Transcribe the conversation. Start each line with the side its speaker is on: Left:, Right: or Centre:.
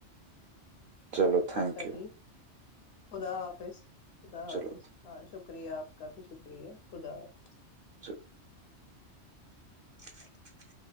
Right: چلو تھینک
Left: اچھا
Right: یو
Left: جی خدا حافظ خدا حافظ
Right: چلو
Left: ہاں شکریہ آپ کا بھی شکریہ خدا حافظ
Right: <inaudible> <inaudible>